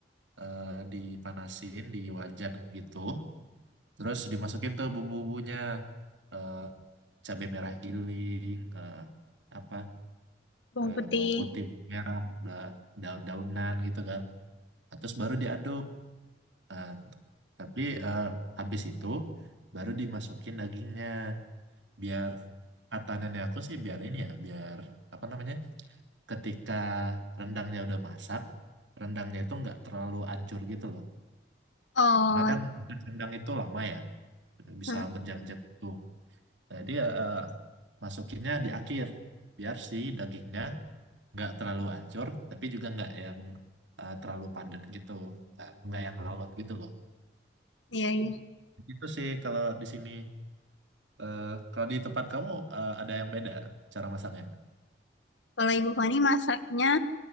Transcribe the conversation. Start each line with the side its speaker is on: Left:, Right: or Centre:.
Right: eh, dipanasin di wajan gitu. Terus dimasukin tuh bumbu-bumbunya, eh cabai merah giling, eh, apa
Left: Bawang
Right: eh,
Left: putih.
Right: bawang putih merah, bla daun-daunan gitu kan. Nah, terus baru diaduk. Nah, tapi eh, habis itu baru dimasukin dagingnya biar kata nenek aku sih biar ini ya, biar apa namanya? Ketika rendangnya udah masak, rendangnya itu nggak terlalu ancur gitu loh.
Left: Oh,
Right: Karena kan Hmm. rendang itu lama ya, bisa
Left: hmm,
Right: berjam-jam itu. Jadi eh, masukinnya di akhir biar si dagingnya nggak terlalu hancur tapi juga nggak yang eh, terlalu padat gitu nggak nggak yang lalot gitu loh
Left: iya iya.
Right: itu sih kalau di sini Eh, kalau di tempat kamu eh, ada yang beda cara masaknya
Left: Kalau Ibu Fani masaknya